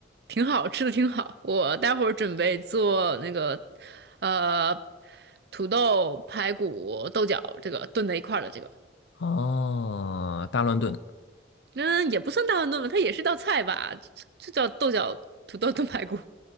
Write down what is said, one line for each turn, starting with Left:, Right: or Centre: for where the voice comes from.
Right: 挺好吃的，挺好。我待会儿准备做那个，呃，土豆排骨豆角，这个炖在一块儿的这个，
Left: 哦，大乱炖，
Right: 嗯，也不算大乱炖吧，它也是道菜吧，就叫豆角土豆炖排骨。